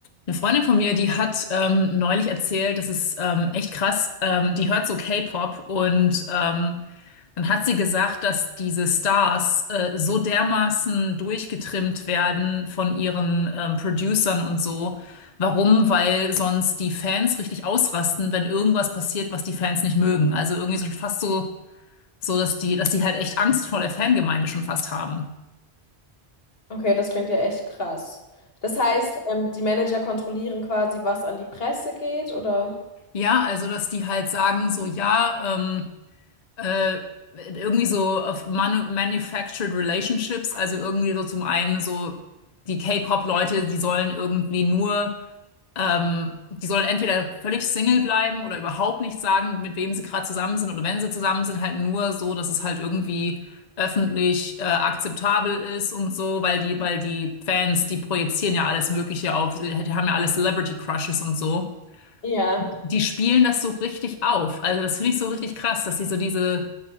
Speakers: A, on the left; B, on the left.
A: Eine Freundin von mir, die hat ähm, neulich erzählt, das ist ähm, echt krass, ähm, die hört so K-Pop und ähm, dann hat sie gesagt, dass diese Stars äh, so dermaßen durchgetrimmt werden von ihren ähm, Producern und so. Warum? Weil sonst die Fans richtig ausrasten, wenn irgendwas passiert, was die Fans nicht mögen. Also irgendwie so fast so, so dass die, dass die halt echt Angst vor der Fangemeinde schon fast haben.
B: Okay, das klingt ja echt krass. Das heißt, ähm, die Manager kontrollieren quasi, was an die Presse geht, oder?
A: Ja, also dass die halt sagen, so ja, ähm, Äh, irgendwie so auf Manu Manufactured Relationships, also irgendwie so zum einen so die K-Pop-Leute, die sollen irgendwie nur, ähm, die sollen entweder völlig Single bleiben oder überhaupt nicht sagen, mit wem sie gerade zusammen sind oder wenn sie zusammen sind, halt nur so, dass es halt irgendwie öffentlich äh, akzeptabel ist und so, weil die, weil die Fans, die projizieren ja alles Mögliche auf, die haben ja alle Celebrity Crushes und so.
B: Ja,
A: Die spielen das so richtig auf. Also das finde ich so richtig krass, dass sie so diese